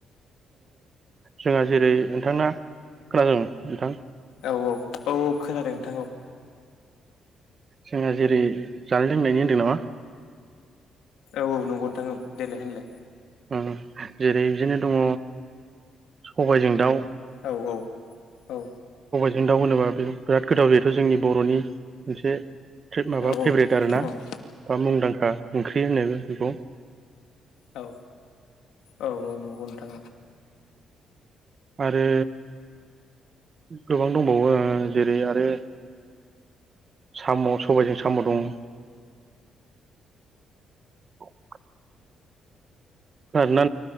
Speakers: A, on the right; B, on the left.
A: जोंहा जेरै नोंथांना खोनादों नोंथां?
B: औ औ औ औ खोनादों नोंथां औ।
A: जोंहा जेरै जानाय लोंनायनि होन्दों नामा?
B: औ औ नंगौ नोंथां औ देलाय होनलाय
A: ओ जेरै बिदिनो दङ सबायजों दाउ,
B: औ औ औ
A: जों दाव होनोबा बे बिराद गोदाव जायोथ जोंनि बरनि मोनसे फे माबा
B: औ
A: फेभ्रेट आर ना
B: औ औ
A: बा मुंदांखा ओंख्रि होनो बेखौ।
B: औ औ औ नंगौ। नोंथां
A: आरो गोबां दंबावो जेरै आरो साम सबायजों साम दं। <unintelligible> खोनादोंना